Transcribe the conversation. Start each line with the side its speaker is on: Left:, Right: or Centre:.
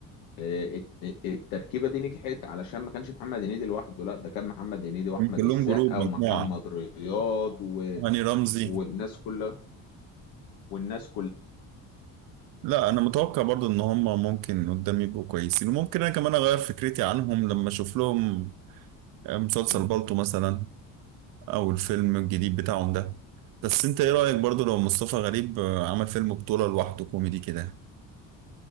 Left: آه، الت- التركيبه دي نجحت علشان ما كانش محمد هنيدي لوحده لا ده كان محمد هنيدي واحمد
Right: من كلهم
Left: السقا
Right: جروب
Left: ومحمد
Right: مجموعه
Left: رياض و...
Right: هاني رمزي
Left: والناس كلها والناس
Right: لا انا متوقع برضو ان هم ممكن قدام يبقوا كويسين وممكن انا كمان اغير فكرتي عنهم لما اشوف لهم آه، مسلسل
Left: كلها
Right: بالطو مثلا او الفيلم الجديد بتاعهم ده بس انت ايه رايك برضو لو مصطفى غريب آه، عمل فيلم بطوله لوحده كوميدي كده